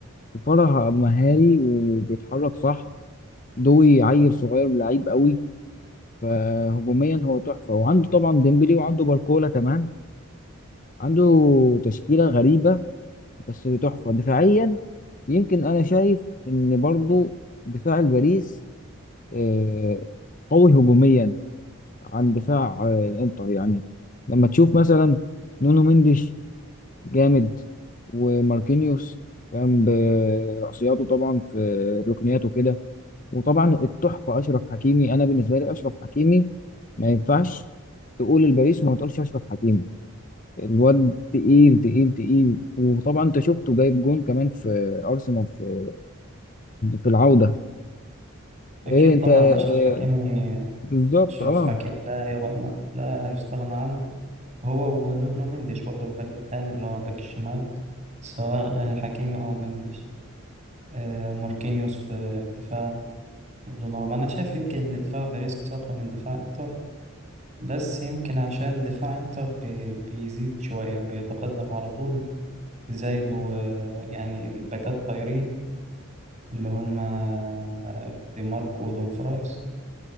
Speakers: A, on the left; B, on the right.
A: كفاره مهاري وبيتحرك صح دوي عيل صغير ولعيب قوي فهجوميا هو تحفة وعنده طبعا ديمبلي وعنده باركولا كمان عنده تشكيلة غريبة بس تحفة دفاعيا يمكن أنا شايف إن برضو دفاع الباريس آه، قوي هجوميا عن دفاع آه، الإنتر يعني لما تشوف مثلا نونو مندش جامد وماركينيوس كان برأسياته طبعا في ركنياته كده وطبعا التحفه اشرف حكيمي انا بالنسبه لي اشرف حكيمي ما ينفعش تقول الباريس وما تقولش اشرف حكيمي الواد تقيل تقيل تقيل وطبعا انت شفته جايب جون كمان في ارسنال في في العوده
B: أكيد
A: ايه انت
B: طبعا
A: آه،
B: أشرف حكيمي
A: بالظبط
B: أشرف
A: اه
B: حكيمي لا يغنى لا يستغنى عنه هو ونونو مندش برضه الباك التاني اللي هو باك الشمال سواء حكيمي أو مندش آه، ماركينيوس في الدفاع ودوناروما أنا شايف يمكن إن دفاع باريس أقوى من دفاع إنتر بس يمكن عشان دفاع إنتر بي- بيزيد شوية بيتقدم على طول زايد ويعني الباكات طايرين اللي هم آه، دي ماركو ودومفرايس